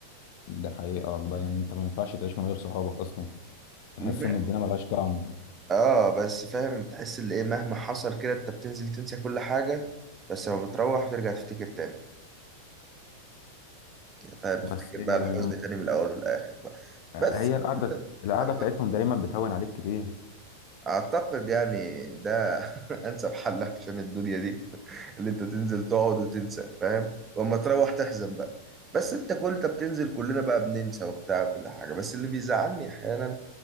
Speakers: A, on the left; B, on the right.
A: ده حقيقة والله يعني انت ما ينفعش تعيش من غير صحابك اصلا
B: م-
A: تحس ان الدنيا ملهاش طعم
B: اه بس فاهم تحس ان ايه مهما حصل كده انت بتنزل تنسى كل حاجه بس لما بتروح بترجع تفتكر تاني يعني فاهم
A: بس
B: تفتكر
A: هي
B: بقى
A: الم-
B: الحزن تاني من الاول والاخر بقى
A: هي
B: بس <laughs>
A: القعده القعده بتاعتهم دايما بتهون عليك كتير
B: أعتقد يعني ده <laughs> أنسب حل عشان الدنيا دي اللي انت تنزل تقعد وتنسى فاهم واما تروح تحزن بقى بس انت كل انت بتنزل كلنا بقى بننسى وبتاع كل حاجة بس اللي بيزعلني احيانا